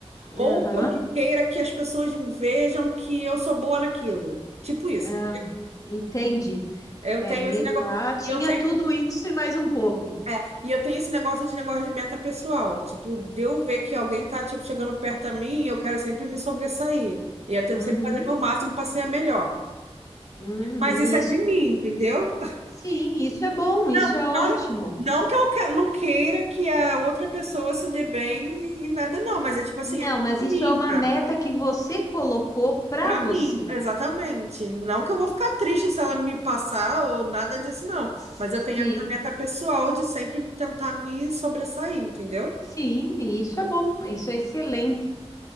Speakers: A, on the right (about 80°); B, on the left (about 30°).
A: Ou
B: Aham,
A: que eu que- queira que as pessoas me vejam que eu sou boa naquilo. Tipo isso.
B: aham, entendi.
A: Eu
B: É,
A: tenho esse
B: e
A: negócio.
B: lá tinha
A: E eu sempre.
B: tudo isso e mais um pouco.
A: É, e eu tenho esse negócio de negócio de meta pessoal. Tipo, de eu ver que alguém tá, tipo, chegando perto a mim, eu quero sempre me sobressair. E eu tento
B: Uhum,
A: sempre fazer meu máximo para ser a melhor.
B: uhum,
A: Mas isso
B: isso.
A: é de mim, entendeu?
B: Sim, isso é bom,
A: Não,
B: isso é ótimo.
A: não, não que eu que- não queira que a outra pessoa se dê bem e nada, não, mas é tipo assim,
B: Não,
A: é
B: mas isso
A: minha,
B: é uma meta que você colocou para
A: pra
B: você.
A: mim, exatamente. Não que eu vou ficar triste se ela me passar ou nada disso, não.
B: Sim,
A: Mas eu tenho a minha meta pessoal de sempre tentar me sobressair, entendeu?
B: sim, e isso é bom, isso é excelente.